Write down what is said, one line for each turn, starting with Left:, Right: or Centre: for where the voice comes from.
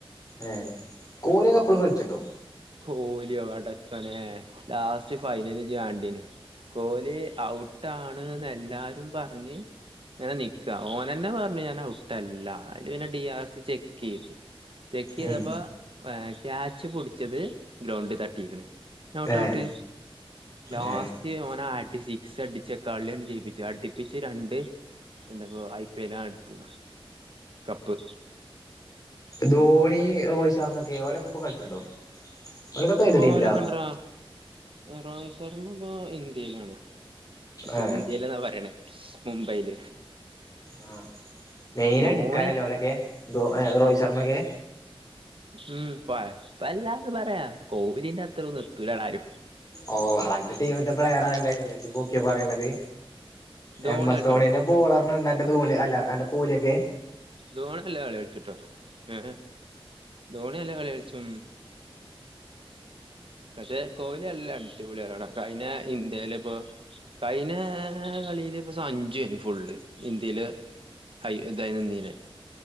Left: ഏ കോല കപ്പളും കളിച്ചിട്ടണ്ടോ
Right: ഹോലിയോടച്ചോന ലാസ്റ്റ് ഫൈനല് ചെയ്യാണ്ടീന് കോഹലി ഔട്ട്ാണ്ന്ന് എല്ലാരും പറഞ്ഞ് ഇങ്ങനെ നിക്കാ ഓനെന്നെ പറഞ്ഞു ഞാൻ ഔട്ടല്ല അതില് പിന്നെ ഡി ആർ ചെക്ക് ചെയ്ത് ചെക്ക് ചെയ്തപ്പോ
Left: ഉം
Right: ക്യാച്ച് പൊടിച്ചത് ഗ്രൗണ്ടിൽ തട്ടിക്കണ നോട്ട്ഔട്ട്
Left: ഏഹ്
Right: ലോസ്റ്റ്
Left: ഏഹ്
Right: ഓന സിക്സ് അടിച്ച കളിയാണ് ജ്യിപ്പിച്ചു അടിപ്പിിച്ചച്ച് രണ്ട് എന്തൊക്ക ഐ പി എല്ലാ എടുത്തു കപ്പ്
Left: ധോണി ഓഴിച്ചർന്ന കേവലൊക്കെ കഴിച്ചണ്ടോപ്പ ഏത്
Right: ഓലൊക്കെണ്ടറാ
Left: ടീമിലാ
Right: രോഹിത് ശർമ്മ ഇപ്പൊ ഇന്ത്യയിലാണ്
Left: ഏഹ്
Right: ഇന്ത്യയിലന്നാ പറയണേ മുംബൈല
Left: ആ മെയിനായി
Right: ധോണി
Left: ഡിക്കാര ലോലൊക്കെ രറോഹിത് ശർമ്മ ഒക്കെ
Right: ഉം കൊഴപ്പല്ലാന്ന് പറയാ കോലിന്റെ അത്രൊന്ന് എത്തൂലാാണ്ാരും
Left: ഓഹ് എന്റെ ടീമിത്തെ പ്രയറ ആന്റെറെ ലജി പോക്കെ പറയുന്നത്
Right: ധോണി
Left: എം എസ്
Right: കളിച്ചൂടാ
Left: ധോണിന്റെ ബോളറിനുണ്ട് എറെ ധോണി അല്ല എന്റെ കൂലിയൊക്കെ
Right: ധോണി അല്ല കള കഴിച്ചിട്ടോ ഏ ധോണില്ല കള കഴിച്ചും പക്ഷെ കോലി അല്ല അടിപൊളികളാണ് അയിെ ഇന്ത്യയില ഇപ്പോൊ കഴന കളിയില് ഇപ്പ അഞ്ചുന് ഫുള്ള് ഇന്ത്യയില് അയ ദൈനംന്ദന